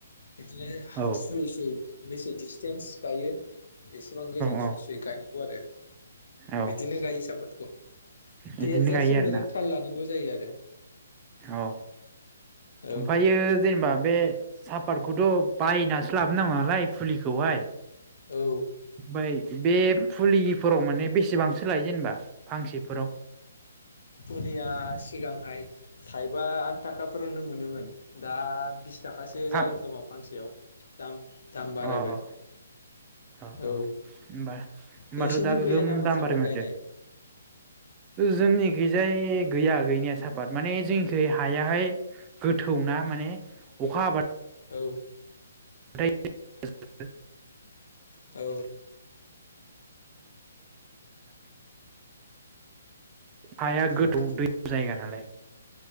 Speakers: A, on the left; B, on the right.
A: बिदिनो
B: औ
A: सुयै सुयै । बेसे डिसटेन्स थायो । एसेबां गोजान
B: औ
A: सुय सुयै गायनांगौ आरो
B: औ
A: बिदिनो गायो सापादखौ ।
B: बिदिनो
A: देरजासिम
B: गायो आरोना
A: बिराद थाल लानां बो जायो आरो।
B: औ
A: औ
B: ओमफ्रायायो जेनेबा बे सापातखौथ' बायनासो लाबोन नांगौ नालाय फुलिखौहाय।
A: औ
B: बाय बे फुलिफोराव माने बेसेबांसो लायो जेनेबा फांसेफोराव?
A: फुलिया सिगांहाय थाइबा आदताका फोरावनो मोनोमोन दा बिस थाखासो
B: फा
A: जागोन खोमा फांसेयाव। दाम। दाम बारायबाय
B: अ अ अ अ
A: औ
B: होनबा होनबाथ'
A: नोंसिनिथिं
B: दा गोगोम
A: गैया नामा
B: दामबारि
A: सापात
B: माथो
A: गायनाय
B: जोंनि गैजाय गैया गैनाया साफात माने जोंनिखै हायाहाय गोथौ ना माने अखा ह
A: औ।
B: <unintelligible>
A: औ
B: हाया गोथौ
A: औ
B: दै जायगा नालाय